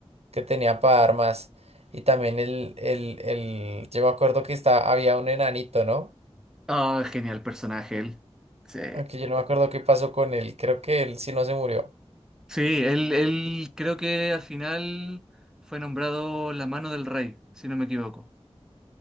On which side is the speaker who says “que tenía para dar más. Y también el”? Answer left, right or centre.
Right